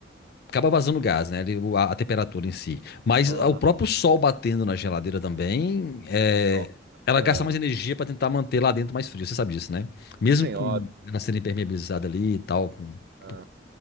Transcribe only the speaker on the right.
Aham.
Ó,
é.
Sim,
ó.
é.